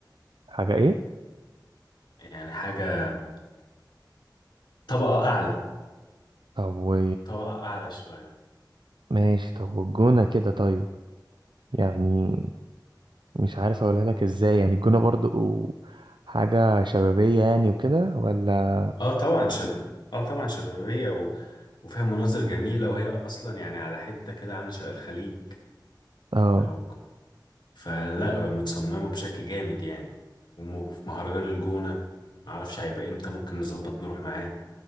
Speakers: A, on the right; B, on the left.
A: حاجة ايه
B: يعني حاجه طبقه اعلى
A: طب و
B: طبقه اعلى شويه
A: ماشي طب والجونة كده طيب يعني مش عارف اقولها لك ازاي يعني الجونة برضو حاجة شبابية يعني وكده ولا
B: اه طبعا شباب اه طبعا شبابيه و... وفيها مناظر جميله وهي اصلا يعني على حته كده عامله شبه الخليج
A: اه
B: او فلا متصممة بشكل جامد يعني وفي مهرجان الجونة معرفش هيبقى امتى ممكن نظبط نروح معاه